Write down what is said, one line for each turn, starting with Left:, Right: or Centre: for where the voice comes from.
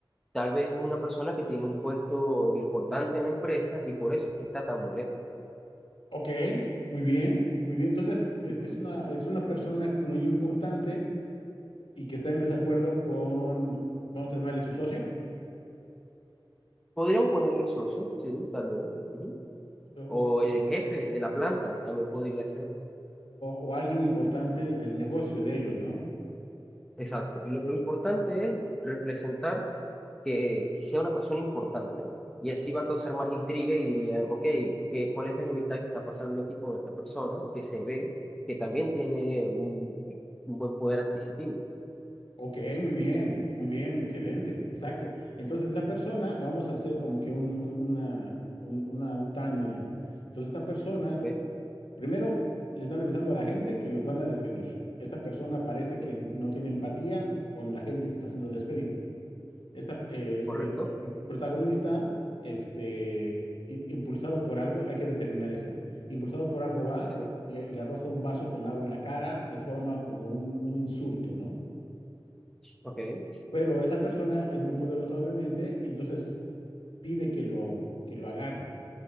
Centre: tal vez es una persona que tiene un puesto importante en la empresa y por eso es que está tan molesto.
Left: Ok, muy bien, muy bien. Entonces, es,
Centre: Ujú.
Left: es una, es una persona muy importante y que está en desacuerdo con, vamos a llamarle su socio,
Centre: Podríamos ponerle socio, sí, tal vez. Ujú.
Left: o, o-
Centre: O
Left: ok,
Centre: el jefe de la planta también podría ser.
Left: o alguien importante del negocio de ellos, ¿no?
Centre: Exacto. Y lo, lo importante es representar que, que sea una persona importante y así va a causar más intriga y diría, ok, que, ¿cuál es la enemistad que está pasando aquí con esta persona que se ve que también tiene un, un buen poder adquisitivo?
Left: Ok, muy bien, muy bien, excelente,
Centre: Ujú.
Left: exacto. Entonces, esta persona, vamos a hacer como que un, un- una, un, una- un timeline. Entonces, esta persona,
Centre: Ok,
Left: primero, le están avisando a la gente que los van a despedir. Esta persona parece que
Centre: pues,
Left: no tiene empatía con la gente que está siendo despedida. esta, eh, este
Centre: correcto.
Left: protagonista, este, i- impulsado por algo, hay que determinar eso, impulsado por algo va,
Centre: Sí.
Left: le, le arroja un vaso con agua en la cara de forma como un, un insulto, ¿no?
Centre: Ok, sí,
Left: Pero esa persona es muy poderosa, obviamente, y entonces pide que lo, que lo agarren,